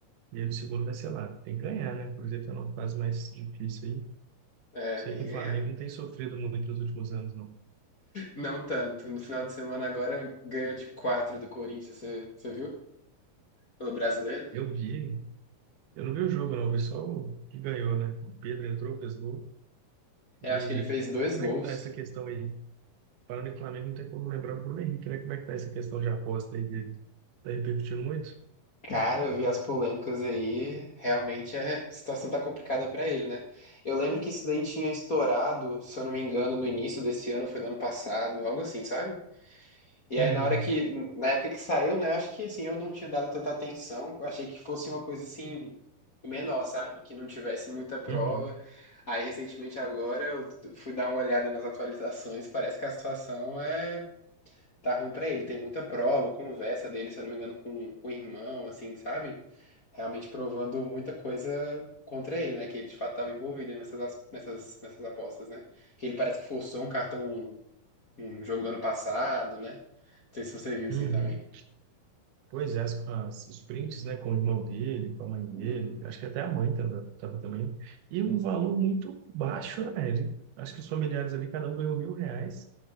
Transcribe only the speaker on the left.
É,
tem
que
ganhar.
Não tanto. No final de semana agora ganhou de 4 do Corinthians, você, você viu? Pelo brasileiro.
Eu
acho que ele fez dois
gols.
Cara, eu vi as polêmicas aí, realmente é- a situação tá complicada pra ele, né? Eu lembro que isso daí tinha estourado, se eu não me engano, no início desse ano, foi no ano passado, algo assim, sabe? E
aí na hora que, na época que saiu, né, eu acho que assim, eu não tinha dado tanta atenção, eu achei que fosse uma coisa assim menor, sabe? Que não tivesse muita prova.
Aí recentemente agora eu fui dar uma olhada aí nas atualizações, parece que a situação é tá ruim pra ele. Tem muita prova, conversa dele, se eu não me engano, com, com o irmão, assim, sabe? Realmente provando muita coisa contra ele, né? Que ele de fato estava envolvido nessas, as- nessas, nessas apostas, né? Que ele parece que forçou um cartão, um um jogo do ano passado, né? Não sei se você viu isso
aí também.
Uhum.